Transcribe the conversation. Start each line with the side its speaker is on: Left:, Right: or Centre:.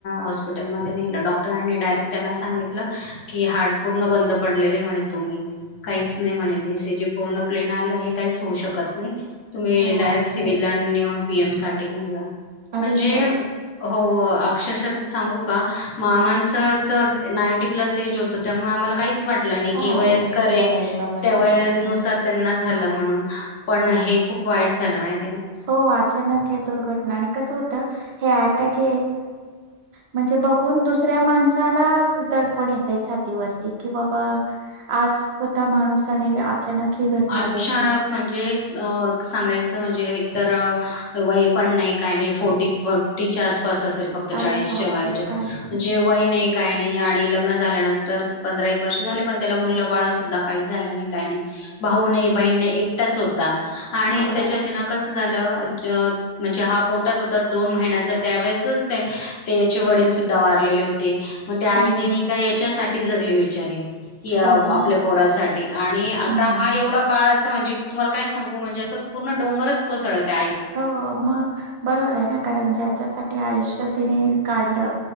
Left: हॉस्पिटल मध्ये नेल डॉक्टरांनी डायरेक्ट त्यांना सांगितलं की हार्ट पूर्ण बंद पडलेले आहे म्हणे तुम्ही काहीच नाही म्हणे ज पूर्ण प्लेन आला हे काहीच होऊ शकत नाही. तुम्ही
Right: बापरे
Left: डारेक्ट सि नेऊन पीएम साठी घेऊन जा.
Right: अरे
Left: म्हणजे
Right: बापरे
Left: हो. अक्षरशः सांगू का मामांचं तर नाईंटी प्लस एज होतं त्यामुळे आम्हाला काहीच वाट वाटल नाही
Right: हा
Left: वयस्कर आहे.
Right: आहेत बाबा
Left: त्या
Right: जाऊ
Left: वयानुसार
Right: दे हा
Left: त्यांना झालं म्हणून पण हे खूप वाईट झालं माहिती हाय.
Right: हो अचानक हे दुर्घटना आणि कसं होतं हे अटॅक म्हणजे बघून दुसऱ्या माणसाला दडपण येत छातीवरती कि बाबा आज होता माणूस आणि अचानक ही घटना
Left: अचानक
Right: घडली
Left: म्हणजे अ सांगायचं म्हणजे तर वय पण नाही काही नाही फोर्टी फोर्टीच्या आस पास असेल फक्त
Right: अरे
Left: चाळीसच्या
Right: बापरे
Left: वयाच्या
Right: काहीच नाही
Left: जे वय नाही -- काही नाही आणि लग्न झाल्यानंतर पंधरा एक वर्ष झाले पण त्याला मुल बाळ सुद्धा काहीच झालं नाही काही नाही. भाऊ नाही. बहीण नाही. एकटाच होता. आणि
Right: बापरे
Left: त्याच्यातहैना कसं झालं अ म्हणजे हा पोटात होता दोन महिन्याचा त्यावेेळेसच ते त्याचे वडील सुद्धा वारलेले होते. मग त्या
Right: हम्म
Left: आईणी नाही का याच्यासाठी एकटी जगली बिचारी. कि आपल्या
Right: हो ना
Left: पोरासाठी आणि --
Right: हम्म
Left: तेवढा काळां म्हणजे तुम्हाला काय सांगू म्हणजे असं पूर्ण डोंगरच कोसळला. त्या आई
Right: हो मग बरोबर आहे ना कारण ज्याच्यासाठी आयुष्य तिने काढलं